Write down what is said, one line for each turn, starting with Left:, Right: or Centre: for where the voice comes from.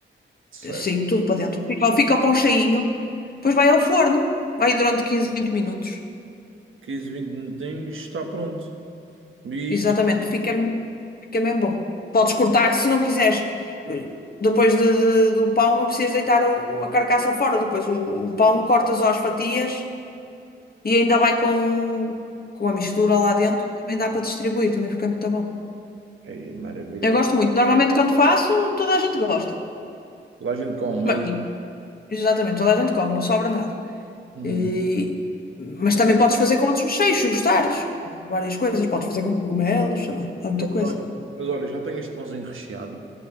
Right: Certo.
Left: sim, tudo para dentro. Fica, fica o pão cheinho, depois vai ao forno, vai durante 15 20 minutos.
Right: 15, 20 minutinhos, está pronto. E
Left: Exatamente,
Right: depois-
Left: fica, fica mesmo bom. Podes cortar se não quiseres. Depois de- de- do pão, não precisas deitar o- a carcaça fora. Depois o, o pão cortas às fatias e ainda vai com, com a mistura lá dentro. Também dá para distribuir, também fica muito bom.
Right: Ei, maravilha,
Left: Eu
Right: então.
Left: gosto muito. Normalmente, quando faço, toda a gente gosta.
Right: Lá a gente come,
Left: Bem,
Right: é isso.
Left: exatamente, toda a gente come, não sobra nada.
Right: Hum,
Left: E- mas
Right: maravilha.
Left: também podes fazer com outros mexeios, se gostares. Várias coisas. Podes fazer com cogumelos, sei lá, há muita
Right: Ok.
Left: coisa.
Right: Mas olha, já tenho este pãozinho recheado.